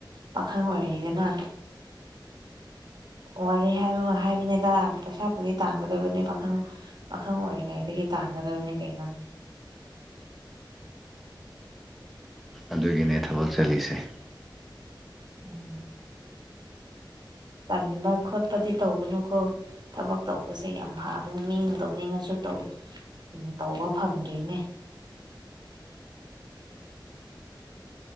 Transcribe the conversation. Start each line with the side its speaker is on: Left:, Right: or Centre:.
Right: ꯄꯥꯈꯪ ꯑꯣꯏꯔꯤꯗꯅ ꯋꯥꯔꯤ ꯍꯥꯏꯕ ꯍꯥꯏꯕꯅꯤꯗ ꯄꯩꯁꯥ ꯄꯨꯗꯤ ꯇꯥꯟꯒꯗꯕꯅꯦ ꯄꯥꯈꯪ ꯄꯥꯈꯪ ꯑꯣꯏꯔꯤꯉꯩꯗꯒꯤ ꯇꯥꯟꯒꯗꯕꯅꯤ ꯀꯩꯅꯣ
Centre: ꯑꯗꯨꯒꯤꯅꯦ ꯊꯕꯛ ꯆꯠꯂꯤꯁꯦ
Right: ꯎꯝ ꯇꯟꯕ ꯈꯣꯠꯄꯗꯤ ꯇꯧꯒꯅꯨꯀꯣ ꯊꯕꯛ ꯇꯧꯕꯁꯦ ꯌꯥꯝ ꯐꯕꯅꯤ ꯃꯤꯅ ꯇꯧꯅꯤꯡꯉꯁꯨ ꯇꯧ ꯎ ꯇꯧꯕ ꯐꯪꯗ꯭ꯔꯤꯅꯦ